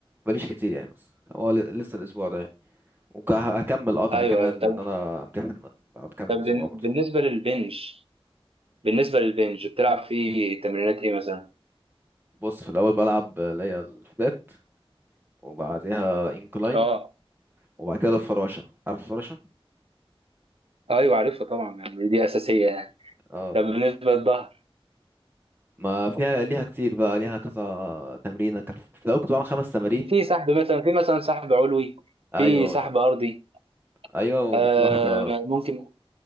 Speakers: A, on the right (about 20°); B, on the right (about 70°).
A: بقاليش كتير يعني بس هو ل- لسه الاسبوع ده يعني وهكمل قطع
B: ايوه
A: كمان
B: ايوه طب
A: لان انا امتحن بعد كام
B: طب بن-
A: اسبوع برضه
B: بالنسبه للبنج بالنسبه للبنج بتلعب فيه تمرينات ايه مثلا
A: بص في الاول بلعب اللي هي الفلات وبعديها انكلاين
B: اه
A: وبعد كده الفراشة عارف الفراشة
B: ايوه عارفها طبعا يعني دي اساسيه يعني
A: اه
B: طب بالنسبه للظهر
A: ما فيها ليها كتير بقى ليها كذا تمرينة كان في الأول كنت بعمل خمس تمارين
B: في سحب مثلا في مثلا سحب علوي
A: أيوة
B: في
A: هو
B: سحب
A: ده
B: ارضي
A: أيوة
B: آه
A: وفي واحدة
B: ممكن